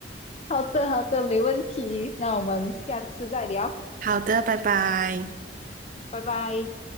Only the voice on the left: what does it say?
好的，好的，没问题。那我们下次再聊，
拜拜。